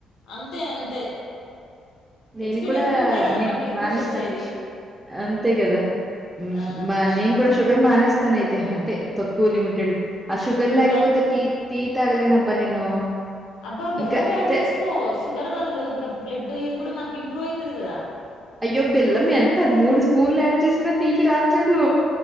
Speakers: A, on the left (about 80°); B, on the right (about 15°).
A: అంతే అంతే
B: నేను
A: ఎక్స్పీరియన్స్
B: కూడా
A: నుంచే కదా
B: నేను
A: మాకు లెసెన్స్
B: మానేస్తాను
A: వచ్చేది.
B: అంతే కదా మ్
A: ఆ
B: మా నేను కూడా షుగర్ మానేస్తాను అయితే అం తక్కువ లిమిటెడ్ ఆ శుగర్
A: షుగర్
B: లెక్పోతే టీ టి తగలెనబ్బా నేను.
A: అబ్బా బెల్లం
B: ఇంకా
A: యాడ్
B: ఇదే
A: చేసుకో, షుగర్ బదులు ఇంకా బ్లడ్ ఇది కూడా మనకి ఇంప్రూవ్ అయితది కదా.
B: అయ్యో బెల్లం ఎంత మూడు స్పూన్లు యాడ్ చేసినా తీపి రాట్లేదు.